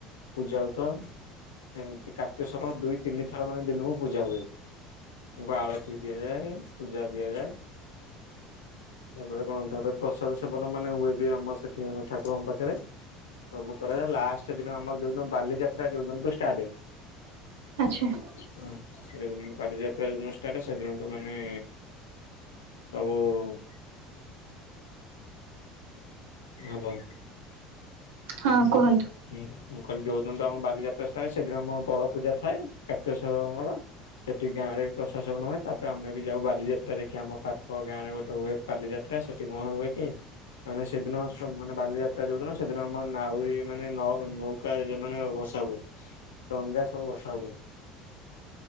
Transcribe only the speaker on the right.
ଆଚ୍ଛା।
ହଁ କୁହନ୍ତୁ।